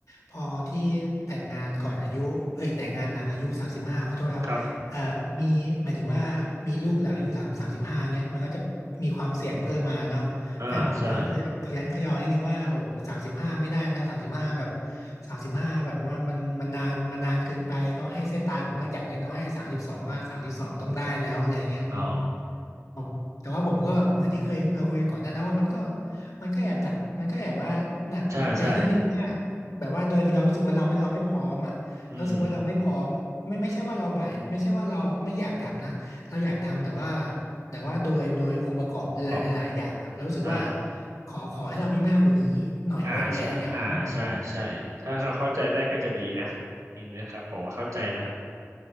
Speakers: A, on the left; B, on the right.
A: พอที่แต่งงานก่อนอายุเอ้ยแต่งงานหลังอายุสามสิบห้าขอโทษครับเอ่อมีหมายถึงว่ามีลูกหลังอายุสามสามสิบห้าเงี้ยมันก็จะมีความเสี่ยงเพิ่มมาเนาะแฟนผมเขาก็เลยแบบขยันขยอนิดนึงว่าโอ้สามสิบห้าไม่ได้นะสามสิบห้าแบบ
B: ครับอ่าใช่
A: สามสิบห้าแบบว่ามันมันนานมันนานเกินไปเขาให้เส้นตายผมว่าอย่างน้อยๆสามสิบสองอะสามสิบสองต้องได้แล้วอะไรเงี้ยอืม
B: อ๋อ
A: อ๋อแต่ว่าผมก็เหมือนที่เคยเราคุยกันก่อนหน้านะว่ามันก็มันก็แอบหนักมันก็แอบว่าหนักหนักใจนิดนึงว่า
B: ใช่ใช่
A: แบบว่าโดยเรารู้สึกว่าเราไม่เราไม่พร้อมอ่ะเรารู้สึกว่าเราไม่พร้อมไม่ไม่ใช่ว่าเราบ่ายไม่ใช่ว่าเราไม่อยากทำนะเราอยากทำแต่ว่า
B: อืม
A: แต่ว่าโดยโดยองค์ประกอบหลายหลายอย่างครับเรารู้สึกว่า
B: ขอบใช่
A: ขอขอให้เรามีมากกว่านี้หน่อยได้ไหมอะไรเงี้ยอืม
B: อ่าใช่อ่าใช่ใช่ถ้าเขาเข้าใจได้ก็จะดีนะจริงนะครับผมว่าเข้าใจนะครับ